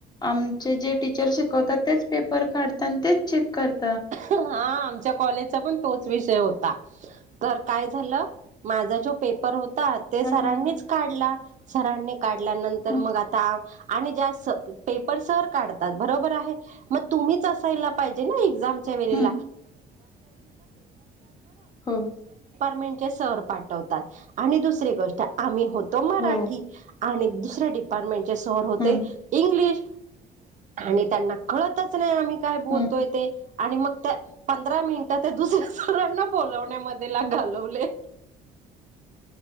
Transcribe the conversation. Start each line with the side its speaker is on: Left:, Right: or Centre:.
Left: आमचे जे टीचर शिकवतात तेच पेपर काढतात आणि तेच चेक करतात
Right: हा कण तोच विषय होता काय झा मा ज प ते सरांनीच
Left: हां,
Right: काढला सरांनी काढल्यानंतर
Left: हं,
Right: मग आता आणि ज पेपर सर काढतात बरोबर आहे मग तुम्हीच असायला पाहिजे ना एझाम भतथदयहहहहममय
Left: हं. हो,
Right: म स पाठवतात आणि दु गोष्ट आम्ही होतो मराठी
Left: हो.
Right: दुसऱ्या डिपार्टमेंटचे सर होते
Left: हं,
Right: इंग्लिश आणि त्यांना कळतच नाही आम्ही काय बोलतोय
Left: हं.
Right: ते आणि मग त्या पंधरा मिनिटं ते दुसऱ्या सरांना बोलवण्यामध्येला घालवले